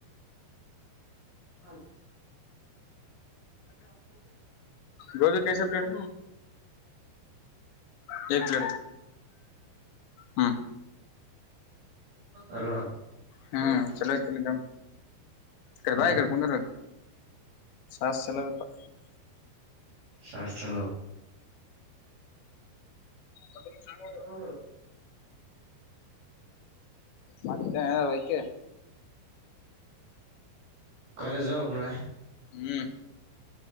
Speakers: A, on the right; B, on the left.
A: ಹೌ ಹೌದ
B: ಗೋಭಿ ಕಸಿ ಪ್ಲೇಟ್ <unintelligible> ಹ್ಮ್
A: ಅಲೋ
B: ಹ್ಮ್ ಚಲೋಯ್ತ ಈ ಕಡೆ
A: ಹ
B: ಬಾ ಕುಂದರು ಚಸ್ ಚಲ್ಲದು <unintelligible>
A: ಸಷ್ಟ ಚಲ
B: ಅ ಸಾ <unintelligible>
A: ಹೌ
B: ಮತ್ತೆ ಓಕೆ
A: ಕಾಲೇಜು ಹೋಗಬೇಕು ನಾಳೆ
B: ಹ್ಮ್